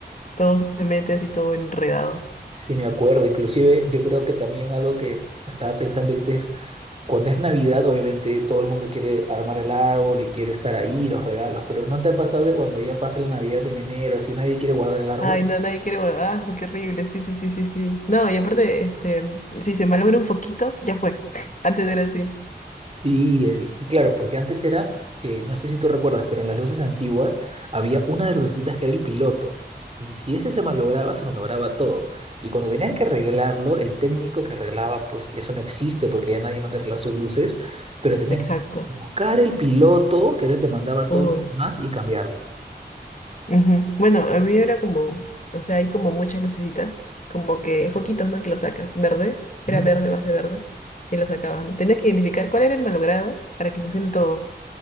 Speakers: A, on the left (about 45°); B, on the right (about 35°).
A: todo se mete así todo enredado.
B: Y me acuerdo, inclusive yo creo que también algo que estaba pensando ahorita es, cuando es Navidad, obviamente todo el mundo quiere armar el árbol y quiere estar ahí, los regalos, pero ¿no te ha pasado que cuando ya pasa la Navidad en enero, así nadie quiere guardar el árbol?
A: Ay, no, nadie quiere volver. Ah, qué horrible. Sí, sí, sí, sí, sí. No, y aparte, este, si se malogra un foquito, ya fue. <laughs> Antes era así.
B: Sí, eh, y claro, porque antes era que, no sé si tú recuerdas, pero en las luces antiguas había una de las lucecitas que era el piloto. Y si ese se malograba, se malograba todo. Y cuando tenían que arreglarlo, el técnico que arreglaba, pues, y eso no existe porque ya nadie manda a arreglar sus luces, pero tenían
A: Exacto.
B: que buscar el piloto, que era el que mandaba todo
A: Uy.
B: lo demás, y cambiarlo.
A: Ujú. Bueno, a mí era como, o sea, hay como muchas lucecitas, como que foquitos, ¿no? Que lo sacas, verde,
B: Ujú.
A: era verde, vas de verde, y lo sacabas, ¿no? Tenías que identificar cuál era el malogrado para que funcione todo.